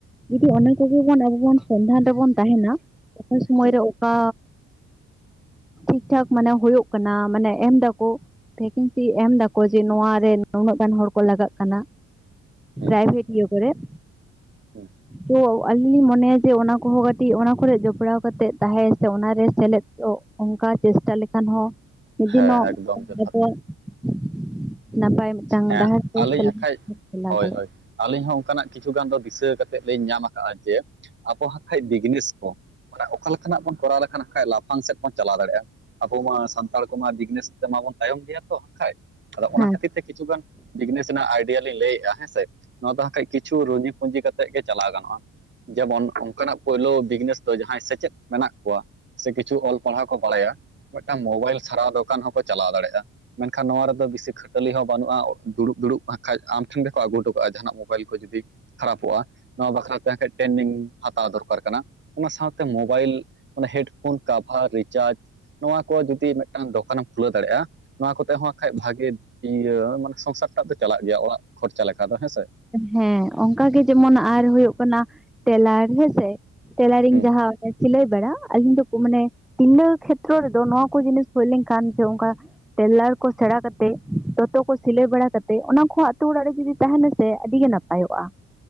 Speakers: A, in the centre; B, on the right.
A: ᱡᱩᱫᱤ ᱚᱱᱟ ᱠᱚᱜᱮ ᱵᱚᱱ ᱟᱵᱚ ᱵᱚᱱ ᱥᱚᱱᱫᱷᱟᱱ ᱨᱮᱵᱚᱱ ᱛᱟᱦᱮᱱᱟ ᱾ ᱚᱠᱚᱭ ᱥᱩᱢᱚᱭᱨᱮ
B: ᱦᱩᱸ
A: ᱚᱠᱟ ᱴᱷᱤᱠ ᱴᱷᱟᱠ ᱢᱟᱱᱮ ᱦᱳᱭᱳᱜ ᱠᱟᱱᱟ ᱢᱟᱱᱮ ᱮᱢ ᱫᱟᱠᱚ, ᱵᱷᱮᱠᱮᱱᱥᱤ ᱮᱢ ᱫᱟᱠᱚ ᱡᱮ ᱱᱚᱣᱟ ᱨᱮ ᱱᱩᱱᱟᱹᱜ ᱜᱟᱱ ᱦᱚᱲ ᱠᱚ ᱞᱟᱜᱟᱜ ᱠᱟᱱᱟ
B: ᱦᱩᱸ
A: ᱯᱨᱟᱭᱵᱷᱮᱴ ᱤᱭᱟᱹ ᱠᱚᱨᱮ ᱾
B: <inaudible>
A: ᱛᱚ ᱟᱹᱞᱤᱧ ᱞᱤᱧ ᱢᱚᱱᱮᱭᱟ ᱡᱮ ᱚᱱᱟ ᱠᱚᱦᱚᱸ ᱠᱟᱹᱴᱤᱡ ᱚᱱᱟ ᱠᱚᱨᱮ ᱡᱚᱯᱲᱟᱣ ᱠᱟᱛᱮ ᱛᱟᱦᱮᱸ ᱥᱮ ᱚᱱᱟᱨᱮ ᱥᱮᱞᱮᱫᱚᱜ ᱚᱱᱠᱟ ᱪᱮᱥᱴᱟ ᱞᱮᱠᱷᱟᱱ ᱦᱚᱸ ᱢᱤᱜ ᱫᱤᱱᱚᱜ
B: ᱦᱮᱸ ᱮᱠᱫᱚᱢ
A: <inaudible>
B: ᱡᱚᱛᱷᱟᱛ
A: ᱠᱟᱛᱮ <inaudible> ᱱᱟᱯᱟᱭ ᱢᱤᱫᱴᱟᱝ
B: ᱦᱮᱸ
A: ᱰᱟᱦᱟᱨ ᱛᱮ
B: ᱟᱹᱞᱤᱧ
A: ᱪᱟᱞᱟᱣ
B: ᱦᱟᱠᱷᱟᱡ ᱦᱳᱭ
A: ᱫᱟᱲᱮᱭᱟᱜᱼᱟ
B: ᱦᱳᱭ ᱟᱹᱞᱤᱧ ᱦᱚᱸ ᱚᱱᱠᱟᱱᱟᱜ ᱠᱤᱪᱷᱩ ᱜᱟᱱ ᱫᱚ ᱫᱤᱥᱟᱹ ᱠᱟᱛᱮᱜ ᱠᱟᱛᱮᱜ ᱞᱤᱧ ᱧᱟᱢ ᱠᱟᱜᱼᱟ ᱡᱮ ᱟᱵᱚ ᱦᱟᱸᱜ ᱠᱷᱟᱡ ᱵᱤᱜᱽᱱᱮᱥ ᱠᱚ ᱾ ᱢᱟᱱᱮ ᱚᱠᱟ ᱞᱮᱠᱟᱱᱟᱜ ᱵᱚᱱ ᱠᱚᱨᱟᱣ ᱞᱮᱠᱷᱟᱱ ᱦᱟᱠᱷᱟᱡ ᱞᱟᱯᱷᱟᱝ ᱥᱮᱫ ᱵᱚᱱ ᱪᱟᱞᱟᱣ ᱫᱟᱲᱮᱭᱟᱜᱼᱟ ᱟᱵᱚ ᱢᱟ ᱥᱟᱱᱛᱟᱲᱤ ᱥᱟᱱᱛᱟᱲ ᱠᱚᱢᱟ ᱫᱤᱜᱱᱮᱥ ᱛᱮᱢᱟᱵᱚᱱ ᱛᱟᱭᱚᱢ ᱜᱮᱭᱟ ᱛᱚ ᱦᱟᱠᱷᱟᱡ ᱟᱫᱚ ᱚᱱᱟ
A: ᱦᱮᱸ
B: ᱠᱷᱟᱹᱛᱤᱨ ᱛᱮ ᱠᱤᱪᱷᱩ ᱜᱟᱱ ᱵᱤᱜᱽᱱᱮᱥ ᱨᱮᱱᱟᱜ ᱟᱭᱰᱤᱭᱟ ᱞᱤᱧ ᱞᱮᱭᱮᱜᱼᱟ ᱦᱮᱸ ᱥᱮ ᱾ ᱱᱚᱣᱟ ᱫᱚ ᱦᱟᱸᱠᱷᱟᱡ ᱠᱤᱪᱷᱩ ᱨᱩᱡᱤ ᱯᱩᱸᱡᱤ ᱠᱟᱛᱮ ᱜᱮ ᱪᱟᱞᱟᱣ ᱜᱟᱱᱚᱜᱼᱟ ᱾ ᱡᱮᱵᱚᱱ ᱚᱱᱠᱟᱱᱟᱜ ᱯᱳᱭᱞᱳ ᱵᱤᱜᱽᱱᱮᱥ ᱫᱚ ᱡᱟᱦᱟᱸᱭ ᱥᱮᱪᱮᱫ ᱢᱮᱱᱟᱜ ᱠᱚᱣᱟ ᱾ ᱥᱮ ᱠᱤᱪᱷᱩ ᱚᱞ ᱯᱟᱲᱦᱟᱣ ᱠᱚ ᱵᱟᱲᱟᱭᱟ ᱢᱤᱜᱴᱟᱝ ᱢᱳᱵᱟᱭᱤᱞ ᱥᱟᱨᱟᱣ ᱫᱚᱠᱟᱱ ᱦᱚᱸᱠᱚ ᱪᱟᱞᱟᱣ ᱫᱟᱲᱮᱭᱟᱜᱼᱟ ᱾ ᱢᱮᱱᱠᱷᱟᱱ ᱱᱚᱣᱟ ᱨᱮᱫᱚ ᱵᱮᱥᱤ ᱦᱚᱸ ᱠᱷᱟᱴᱟᱹᱞᱤ ᱦᱚᱸ ᱵᱟᱹᱱᱩᱜᱼᱟ ᱫᱩᱲᱩᱵ ᱫᱩᱲᱩᱵ ᱦᱟᱸᱜ ᱠᱷᱟᱡ ᱟᱢ ᱴᱷᱮᱱ ᱜᱮᱠᱚ ᱟᱹᱜᱩ ᱦᱚᱴᱚ ᱠᱟᱜᱼᱟ ᱡᱟᱦᱟᱱᱟᱜ ᱢᱳᱵᱟᱭᱤᱞ ᱠᱚ ᱡᱩᱫᱤ ᱾ ᱠᱷᱟᱨᱟᱯᱚᱜᱼᱟ ᱱᱚᱣᱟ ᱵᱟᱠᱷᱨᱟᱛᱮ ᱴᱨᱮᱱᱤᱝ ᱦᱟᱛᱟᱣ ᱫᱚᱨᱠᱟᱨ ᱠᱟᱱᱟ ᱚᱱᱟ ᱥᱟᱶᱛᱮ ᱢᱳᱵᱟᱭᱤᱞ ᱚᱱᱟ ᱦᱮᱰᱯᱷᱳᱱ, ᱠᱟᱵᱷᱟᱨ, ᱨᱤᱪᱟᱨᱡᱽ ᱱᱚᱣᱟ ᱠᱚ ᱡᱩᱫᱤ ᱢᱤᱫᱴᱟᱝ ᱫᱚᱠᱟᱱᱮᱢ ᱠᱷᱩᱞᱟᱹᱣ ᱫᱟᱲᱮᱭᱟᱜᱼᱟ᱾ ᱱᱚᱣᱟ ᱠᱚᱛᱮ ᱦᱚᱸ ᱵᱟᱠᱷᱟᱡ ᱵᱷᱟᱜᱮ ᱤᱭᱟᱹ ᱢᱟᱱᱮ ᱥᱚᱝᱥᱟᱨ ᱴᱟᱜ ᱫᱚ ᱪᱟᱞᱟᱜ ᱜᱮᱭᱟ ᱚᱲᱟᱜ ᱠᱷᱚᱨᱪᱟ ᱞᱮᱠᱟ ᱫᱚ ᱦᱮᱸᱥᱮ᱾
A: ᱦᱮᱸ ᱚᱱᱠᱟ ᱜᱮ ᱟᱨ ᱡᱮᱢᱚᱱ ᱟᱨ ᱦᱩᱭᱩᱜ ᱠᱟᱱᱟ ᱴᱮᱞᱟᱨ ᱦᱮᱸᱥᱮ᱾ ᱴᱮᱞᱟᱨᱤᱝ
B: ᱦᱮᱸ
A: ᱡᱟᱦᱟᱸ ᱥᱤᱞᱟᱹᱭ ᱵᱟᱲᱟ ᱟᱹᱞᱤᱧ ᱫᱚ ᱢᱟᱱᱮ ᱛᱤᱱᱟᱹ ᱠᱷᱮᱛᱨᱚ ᱨᱮᱫᱚ ᱱᱚᱣᱟ ᱠᱚ ᱡᱤᱱᱤᱥ ᱦᱩᱭ ᱞᱮᱱᱠᱷᱟᱱ ᱡᱮ ᱚᱱᱠᱟ ᱴᱮᱞᱟᱨ ᱠᱚ ᱥᱮᱬᱟ ᱠᱟᱛᱮᱫ ᱫᱚᱛᱚ ᱠᱚ ᱥᱤᱞᱟᱹᱭ ᱵᱟᱲᱟ ᱠᱟᱛᱮᱫ ᱚᱱᱟ ᱠᱚ ᱟᱛᱳ ᱚᱲᱟᱜ ᱨᱮ ᱡᱩᱫᱤ ᱛᱟᱦᱮᱱᱟ ᱾ ᱥᱮ ᱟᱹᱰᱤ ᱜᱮ ᱱᱟᱯᱟᱭᱚᱜᱼᱟ